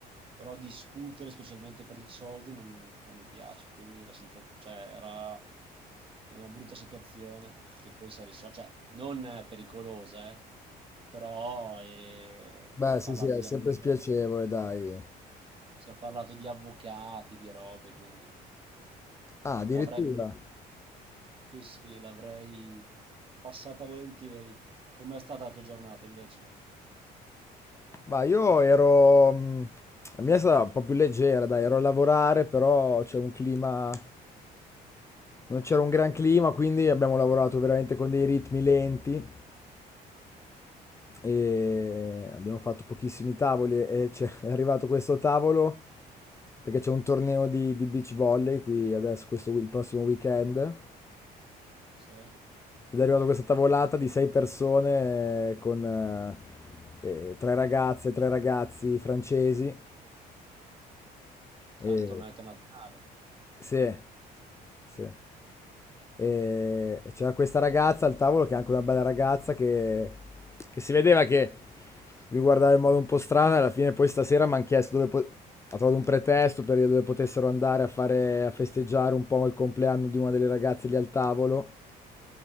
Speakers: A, on the right; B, on the left.
A: però discutere, specialmente per i soldi, non, non mi piace. Quindi la senza- cioè, era una brutta situazione che poi si è risolta, cioè non eh, pericolosa, eh, però eh,
B: Beh,
A: si è
B: sì,
A: parlato
B: sì, è
A: di
B: sempre
A: avvoca-
B: spiacevole, dai.
A: si è parlato di avvocati, di robe, quindi
B: Ah, addirittura.
A: l'avrei sì, sì, l'avrei passata volentieri. Com'è stata la tua giornata invece?
B: Ma io ero... mm, La mia è stata un po' più leggera, dai, ero a lavorare, però c'è un clima... Non c'era un gran clima, quindi abbiamo lavorato veramente con dei ritmi lenti. e abbiamo fatto pochissimi tavoli e c'è- è arrivato questo tavolo perché c'è un torneo di, di beach volley qui adesso, questo, wi- il prossimo weekend.
A: Sì. Ah,
B: Ed è arrivata questa tavolata di sei persone eh, con eh, eh, tre ragazze, tre ragazzi francesi. E...
A: un torneo internazionale.
B: Sì, sì. E e c'era questa ragazza al tavolo, che è anche una bella ragazza, che, che si vedeva che vi guardava in modo un po' strano. E alla fine, poi stasera mi hanno chiesto dove po- ha trovato un pretesto per dire dove potessero andare a fare a festeggiare un po' il compleanno di una delle ragazze lì al tavolo.